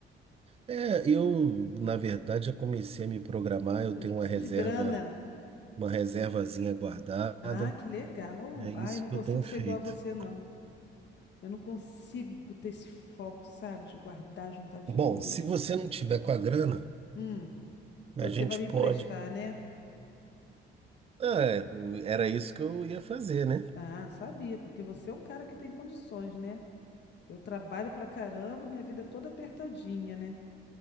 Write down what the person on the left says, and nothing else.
A gente
precisa
de grana.
Ah, que legal.
Ah, eu não
consigo
ser
igual a você, não. Eu não consigo ter esse foco, sabe, de guardar, juntar dinheiro.
Hum,
você
vai me
emprestar, né?
Ah, eu sabia, porque você é um cara que tem condições, né? Eu trabalho pra caramba, minha vida é toda apertadinha, né?